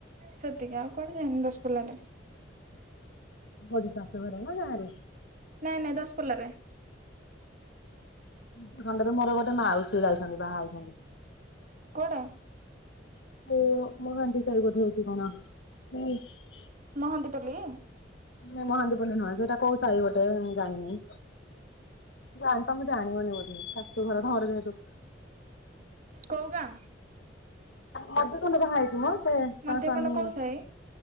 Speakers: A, on the right (about 45°); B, on the left (about 70°).
A: ସେତିକି ଆଉ କୁଆଡେ ଯାଇନି ଦଶପଲ୍ଲାରେ।
B: <unintelligible>
A: ନାଇଁ ନାଇଁ ଦଶପଲ୍ଲାରେ।
B: ସେ ଖଣ୍ଡରେ ମୋର ଗୋଟେ ମାଉସୀ ଯାଇଛନ୍ତି। ବାହା ହେଇଛନ୍ତି।
A: କୋଡେ
B: <unintelligible>
A: ମହାନ୍ତି ପଲି?
B: ନାଇ ମହାନ୍ତିପଲ୍ଲୀ ନୁହଁ ସେଇଟା କୋଉ ସାହି ଗୋଟେ ମୁଁ ଜାଣିନି। ଜାଣି ତମେ ଜାଣିବନି ବୋଧେ ଶାଶୁଘର ଘର ଯେହେତୁ।
A: କୋଉ ଗାଁ?
B: ମଧୁଖୁଣ୍ଡୁ ବାହା ହେଇଚି ମ ସେ
A: ମଧ୍ୟ
B: ତା ସ୍ଵାମୀ
A: ଖଣ୍ଡ କୋଉ ସାହି